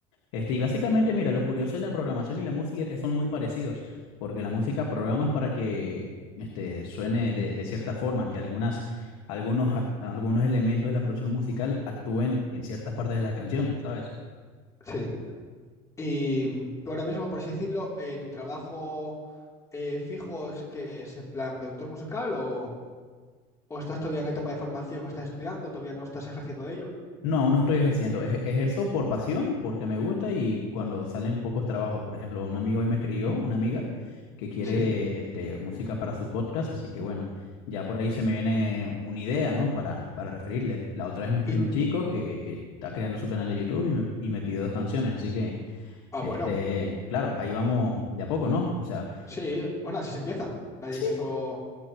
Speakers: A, on the left; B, on the left.
A: Este, y básicamente, mira, lo curioso de la programación y la música es que son muy parecidos, porque la música programas para que este, suene de, de cierta forma, que algunas, algunos, a- algunos elementos de la producción musical actúen en ciertas partes de la canción, ¿sabes?
B: Sí. Y tú ahora mismo, por así decirlo, eh, tu trabajo eh, fijo es que es en plan productor musical o... o estás todavía en etapa de formación, o estás estudiando, todavía no estás ejerciendo de ello.
A: No, aún no estoy ejerciendo. Ej- ejerzo por pasión, porque me gusta y cuando salen pocos trabajos. Por ejemplo, un amigo hoy me escribió, una amiga, que quiere
B: Sí.
A: este, música para su podcast, así que bueno, ya por ahí se me viene una idea, ¿no? Para, para referirle. La otra vez me escribió
B: Y,
A: un chico que, que está creando su canal de YouTube y me, y me pidió dos canciones, así que,
B: ah,
A: este,
B: bueno,
A: claro, ahí vamos de a poco, ¿no? O sea,
B: sí, bueno, así se empieza. Nadie
A: Sí,
B: empezó